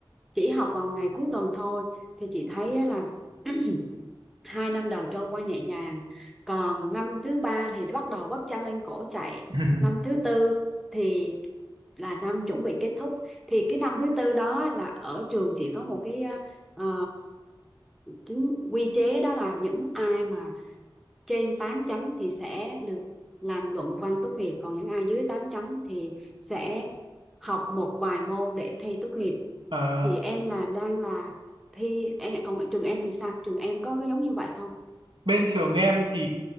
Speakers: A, in the centre; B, on the right.
A: chỉ học vào ngày cuối tuần thôi thì chị thấy á là <clears throat> hai năm đầu trôi qua nhẹ nhàng còn năm thứ ba thì bắt đầu vắt chăn lên cổ chạy
B: <laughs>
A: năm thứ tư thì là năm chuẩn bị kết thúc thì cái năm thứ tư đó là ở trường chỉ có một cái ờ, chính quy chế đó là những ai mà trên 8 chấm thì sẽ được làm luận văn tốt nghiệp còn những ai dưới 8 chấm thì sẽ học một vài môn để thi tốt nghiệp
B: À,
A: thì em là đang là thi em còn trường em thì sao trường em có cái giống như vậy không
B: Bên trường em thì